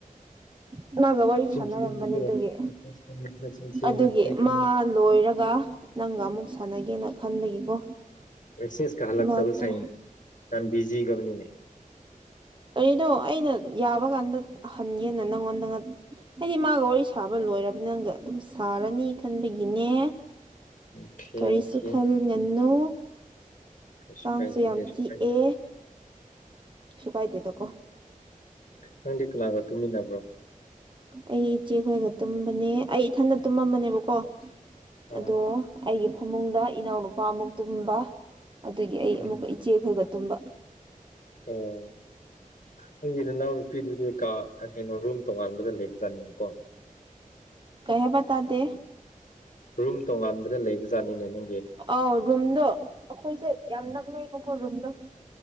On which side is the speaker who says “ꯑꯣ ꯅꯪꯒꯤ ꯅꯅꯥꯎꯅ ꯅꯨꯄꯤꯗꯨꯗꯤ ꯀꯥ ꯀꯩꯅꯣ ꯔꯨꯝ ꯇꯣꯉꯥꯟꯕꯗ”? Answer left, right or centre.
Left